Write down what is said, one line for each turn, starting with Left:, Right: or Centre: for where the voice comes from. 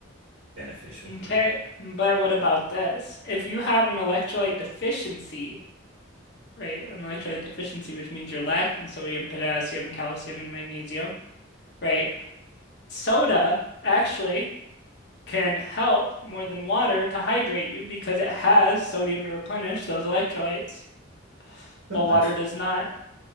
Right: beneficial
Left: Okay.
Right: for you.
Left: But what about this? If you have an electrolyte deficiency, right? An electrolyte deficiency, which means you're lacking sodium, potassium, calcium, and magnesium, right? Soda, actually. can help more than water to hydrate you because it has sodium to replenish those electrolytes,
Right: No,
Left: while
Right: that's
Left: water does not.